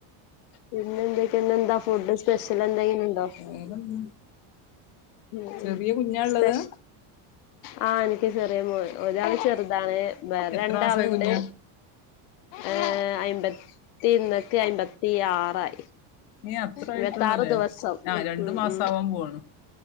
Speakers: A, on the left (about 75°); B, on the left (about 45°).
A: പിന്നെ എന്തൊക്കെയാ ഇന്നെന്താ ഫുഡ് സ്പെഷ്യൽ ഇണ്ടാക്കുന്നുണ്ടോ
B: വേറെന്താ
A: ഉ
B: ചെറിയ കുഞ്ഞാ ഉള്ളത്
A: സെപ്ഷ്യ ആ എനിക്ക് ചെറിയ മോൾ ഒരാളെ ചെറുതാണ് വേറെ
B: എത്ര
A: രണ്ടാളുണ്ട്
B: മാസായ കുഞ്ഞാ
A: ഏ അ അമ്പത്തി ഇന്നക്ക അയിമ്പത്തി ആറായി
B: ഏ അത്ര
A: ഇരുവത്താറു
B: ആയിട്ടുള്ളൂല്ലേ
A: ദിവസം
B: ആ
A: ഉ
B: രണ്ടു മാസം
A: ഉ
B: ആവാൻ പോവാണ്